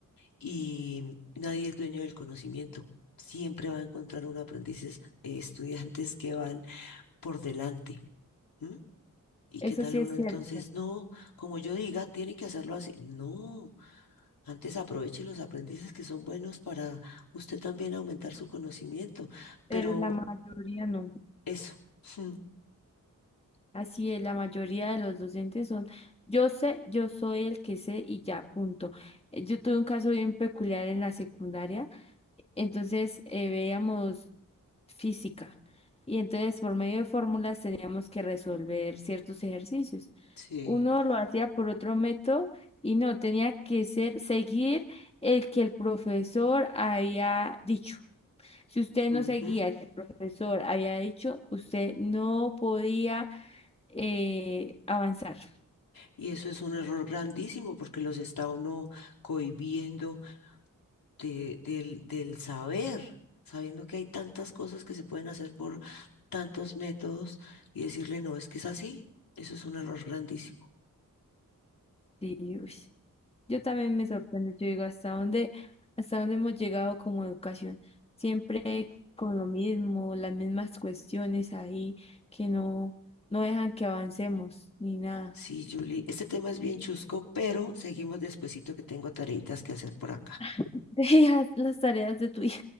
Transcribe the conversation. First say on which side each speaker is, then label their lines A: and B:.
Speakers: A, on the left; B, on the left.
A: y nadie es dueño del conocimiento. Siempre va a encontrar un aprendices, eh, estudiantes que van por delante. ¿m? ¿Y
B: eso
A: qué tal
B: sí es
A: uno
B: cierto,
A: entonces? No, como yo diga, tienen que hacerlo así. No, antes aproveche los aprendices que son buenos para usted también aumentar su conocimiento.
B: pero
A: Pero
B: la mayoría no.
A: eso. <laughs>
B: Así es, la mayoría de los docentes son, yo sé, yo soy el que sé y ya, punto. Eh, Yo tuve un caso bien peculiar en la secundaria, entonces eh, veíamos física y entonces por medio de fórmulas teníamos que resolver ciertos ejercicios.
A: Sí.
B: Uno lo hacía por otro método y no, tenía que ser, seguir el que el profesor había dicho. Si usted
A: Ujú.
B: no seguía el que el profesor había dicho, usted no podía eh, avanzar.
A: Y eso es un error grandísimo porque los está uno cohibiendo de- del, del saber, sabiendo que hay tantas cosas que se pueden hacer por tantos métodos y decirle, no, es que es así, eso es un error grandísimo.
B: Y, uy, yo también me sorprendo, yo digo, ¿hasta dónde, hasta dónde hemos llegado como educación? Siempre con lo mismo, las mismas cuestiones ahí que no, no dejan que avancemos ni nada.
A: Sí, Julie, este tema es bien chusco, pero seguimos despuesito que tengo tareitas que hacer por acá.
B: <laughs> Dejas las tareas de tu hijo.